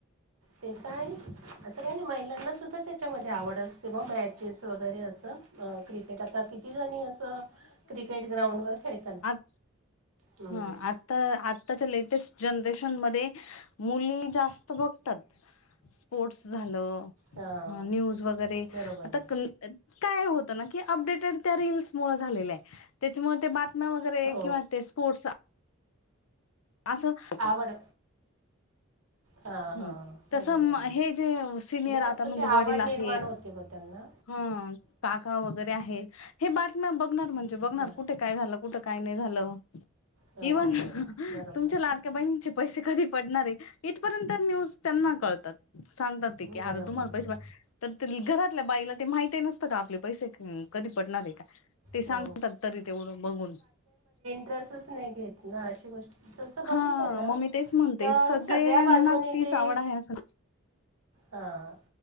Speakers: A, on the right (about 80°); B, on the left (about 75°).
A: ते ताई असं काही ना महिलांना सुद्धा ते तेच्यामध्ये आवड असते, व मॅचेस वगैरे असं. क्रिकेट आता किती जणी असं, क्रिकेट ग्राउंडवर खेळताना.
B: हं
A: हम्म
B: आत. तर आत्ताच्या लेटेस्ट जनरेशन मध्ये, मुली जास्त बघतात. स्पोर्ट्स झालं.
A: हां
B: हं न्यूज वगैरे
A: बरोबर
B: आता
A: आहे
B: काय होतं, ना की अपडेटेड. त्या रिल्स मुळे झालेलं आहे, तेच्या मुळं त्या बातम्या वगैरे
A: हो
B: किंवा ते स्पोर्ट्स. असं हो का.
A: आवड हां
B: हम्म
A: हां
B: तसं
A: बरोबर
B: म
A: आहे
B: हे जे सिनियर
A: फक्त
B: आता म्हणजे
A: ती
B: वडील
A: आवड
B: आहे
A: निर्माण होते ब त्यांना
B: हं.. काका वगैरे आहेत, हे बातम्या बघणार म्हण चे बघणार
A: हं
B: कुठे काय झालं कुठे काय नाही
A: हो
B: इवन
A: बरोबर
B: तुमच्या लाड बचे पैसे कधी पडणार आहे, इथपर्यंत न्यूज त्यांना कळतात. सांगतात ते की, आता
A: बरोबर
B: तुम्हाला पैसे
A: आहे
B: वाट तर घरातल्या बाईला ते माहिती नसतं का, आपले पैसे कधी पडणार आहे का. ते सांगतात
A: हो
B: तरी तेवढं बघून.
A: त्रासच नाही घेत ना, अशी गोष्ट. तसं बघितलं
B: हा
A: ना
B: मग मी तेच म्हणते
A: तर
B: सगळ्यांना
A: सगळ्या बाजूनी
B: तीच
A: ते
B: आवड आहे असं
A: हा.